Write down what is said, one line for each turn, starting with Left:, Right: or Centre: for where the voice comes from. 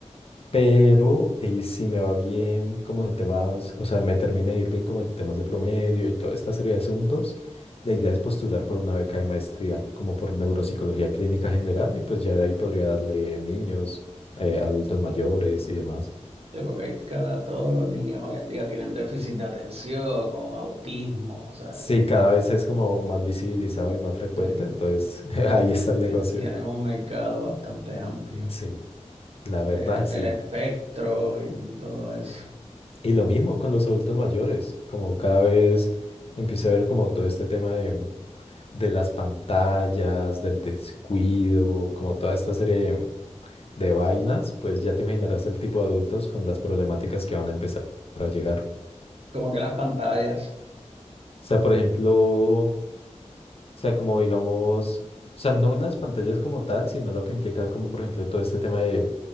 Left: pero eh, si me va bien como en temas, o sea, me termina de ir bien como en temas de promedio y toda esta serie de asuntos, la idea es postular por una beca de maestría, como por neuropsicología clínica general, y pues ya de ahí podría darle niños, eh, adultos mayores y demás.
Right: Sí, porque hay cada, todos los niños hoy en día tienen déficit de atención o autismo, o sea,
Left: Sí, cada vez es como más visibilizado y más frecuente,
Right: sí.
Left: entonces <laughs> ahí está el negocio.
Right: Tiene- Tienes un mercado bastante amplio.
Left: Sí, la verdad,
Right: Eh,
Left: sí.
Right: el espectro y todo eso.
Left: Y lo mismo con los adultos mayores, como cada vez empiezo a ver como todo este tema de de las pantallas, del descuido, como toda esta serie de vainas, pues ya te imaginarás el tipo de adultos con las problemáticas que van a empezar a llegar.
Right: Como que las pantallas.
Left: O sea, por ejemplo, O sea, como digamos, o sea, no las pantallas como tal, sino lo que implica como, por ejemplo, todo este tema de,